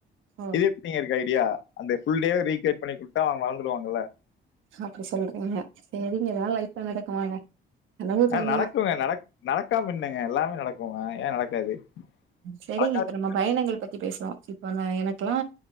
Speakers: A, on the right; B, on the left.
A: ஓ
B: இது எப்டிங்க இருக்கு ஐ டியா அந்த ஃபுள் டேவ ரீகிரேட் பண்ணி குடுத்தா அவங்க மறந்துடுவாங்கல்ல வளந்துருவாங்கல்ல
A: அப்படி சொல்றீங்க சேரிங்க இதெல்லா லைஃப்ல நடக்குமாங்க கனவு கனதா
B: ஆ நடக்குங்க நட நடக்காம என்னங்க எல்லாமே நடக் ஓ வாயே நடக்காது
A: செரிங்க
B: நடக்காது
A: இப்ப நம்ம பயணங்கள் பத்தி பேசுறோ எனக்குல்லா